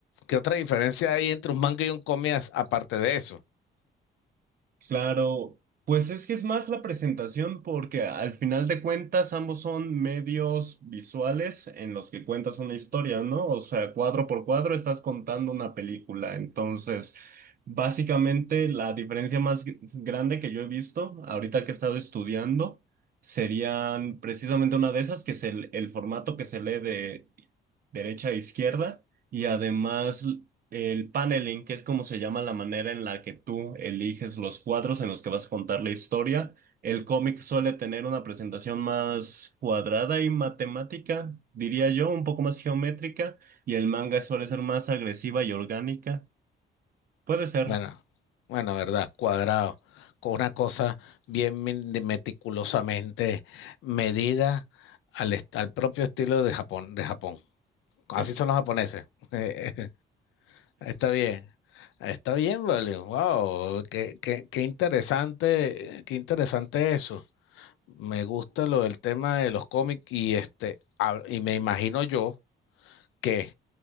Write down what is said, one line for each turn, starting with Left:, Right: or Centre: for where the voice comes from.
Left: ¿Qué otra diferencia hay entre un manga y un cómic aparte de eso?
Right: Claro, pues es que es más la presentación porque al final de cuentas ambos son medios visuales en los que cuentas una historia, ¿no? O sea, cuadro por cuadro estás contando una película. Entonces, básicamente la diferencia más gr- grande que yo he visto ahorita que he estado estudiando serían precisamente una de esas, que es el, el formato que se lee de derecha a izquierda y además... El paneling, que es como se llama la manera en la que tú eliges los cuadros en los que vas a contar la historia. El cómic suele tener una presentación más cuadrada y matemática, diría yo, un poco más geométrica, y el manga suele ser más agresiva y orgánica. Puede ser,
Left: Bueno, bueno, verdad, cuadrado, con una cosa bien meticulosamente medida al, al propio estilo de Japón, de Japón. Así
Right: efectivamente.
Left: son los japoneses. Eh, Está bien, está bien, vale. Wow, qué, qué, qué interesante, qué interesante eso. Me gusta lo del tema de los cómics y este, hab- y me imagino yo que